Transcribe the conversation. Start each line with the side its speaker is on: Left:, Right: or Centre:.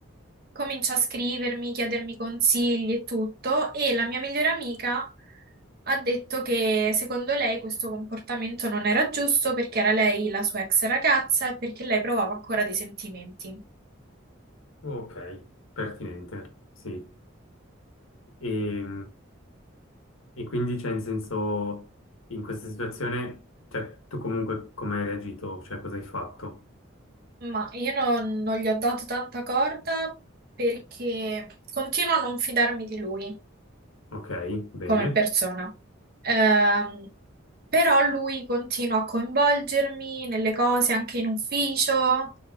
Right: comincia a scrivermi, chiedermi consigli e tutto, e la mia migliore amica ha detto che secondo lei questo comportamento non era giusto perché era lei la sua ex ragazza e perché lei provava ancora dei sentimenti.
Left: Ok, pertinente, sì. E E quindi, cioè, in senso, in questa situazione, cioè, tu comunque come hai reagito? Cioè, cosa hai fatto?
Right: Ma io non, non gli ho dato tanta corda perché continuo a non fidarmi di lui.
Left: Ok, bene.
Right: come persona. Ehm, però lui continua a coinvolgermi nelle cose anche in ufficio